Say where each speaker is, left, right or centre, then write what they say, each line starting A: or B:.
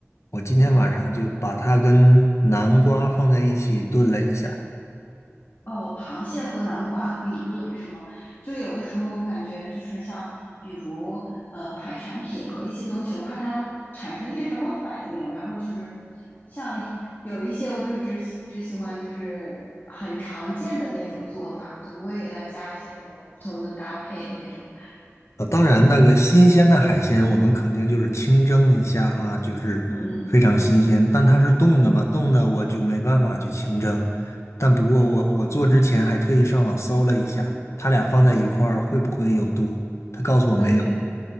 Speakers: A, on the left; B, on the left.
A: 我今天晚上就把它跟南瓜放在一起炖了一下。
B: 哦哦，螃蟹和南瓜可以炖是吗？就有的时候我感觉就是像，比如呃海产品和一些东西，我怕它产生一些什么反应，然后就是像有一些我就只喜只喜欢就是很常见的那种做法，就不会给它加一些什么不同的搭配那种。
A: 呃，当然，那个新鲜的海鲜，我们肯定就是清蒸一下哈，就是非常新鲜。
B: 嗯
A: 但它是冻的嘛，冻的我就没办法去清蒸。
B: 嗯，
A: 但不过我我做之前还特意上网搜了一下，它俩放在一块儿会不会有毒？他告诉我没有。
B: 对对